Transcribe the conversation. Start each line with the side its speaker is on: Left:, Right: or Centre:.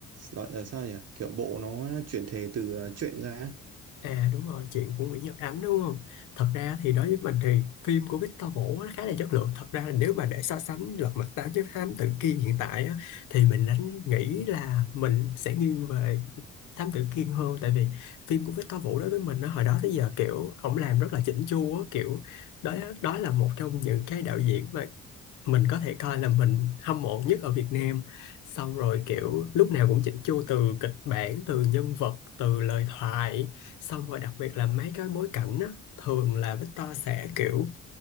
Right: loại là sao nhỉ kiểu bộ nó chuyển thể từ ờ, truyện ra á.
Left: À đúng rồi, chuyện của Nguyễn Nhật Ánh đúng không? Thật ra thì đối với mình thì phim của Victor Vũ nó khá là chất lượng. Thật ra là nếu mà để so sánh Lật Mặt Tám với Thám Tử Kiên hiện tại á, thì mình đánh nghĩ là mình sẽ nghiêng về Thám Tử Kiên hơn tại vì phim của Victor Vũ đối với mình nó hồi đó tới giờ kiểu ổng làm rất là chỉnh chu á, kiểu đó đó là một trong những cái đạo diễn mà mình có thể coi là mình hâm mộ nhất ở Việt Nam xong rồi kiểu lúc nào cũng chỉnh chu từ kịch bản từ nhân vật từ lời thoại Xong rồi đặc biệt là mấy cái bối cảnh á, thường là Victor sẽ kiểu